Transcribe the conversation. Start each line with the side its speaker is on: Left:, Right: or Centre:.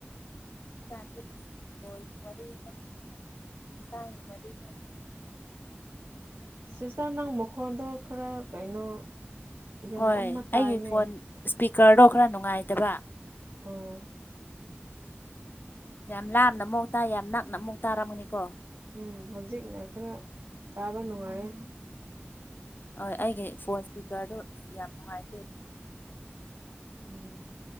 Left: <unintelligible>
Right: ꯁꯤꯁꯇꯔ ꯅꯪ ꯃꯈꯣꯟꯗꯣ ꯈꯔ ꯀꯩꯅꯣ ꯌꯥꯝ
Left: ꯍꯣꯏ
Right: ꯑꯃ ꯇꯥꯏꯅꯦ
Left: ꯑꯩꯒꯤ ꯐꯣꯟ ꯏꯁꯄꯤꯀꯔꯗꯣ ꯈꯔ ꯅꯨꯡꯉꯥꯏꯇꯕ
Right: ꯑꯣ
Left: ꯌꯥꯝ ꯂꯥꯞꯅ ꯑꯃꯨꯛ ꯇꯥꯏ ꯌꯥꯝ ꯅꯛꯅ ꯑꯃꯨꯛ ꯇꯥꯔꯝꯒꯅꯤꯀꯣ
Right: ꯎꯝ ꯍꯧꯖꯤꯛꯅ ꯈꯔ ꯇꯥꯕ ꯅꯨꯡꯉꯥꯏ
Left: ꯍꯣꯏ ꯑꯩꯒꯤ ꯐꯣꯟ ꯏꯁꯄꯤꯀꯔꯗꯨ ꯌꯥꯝ ꯅꯨꯡꯉꯥꯏꯇꯦ
Right: ꯎꯝ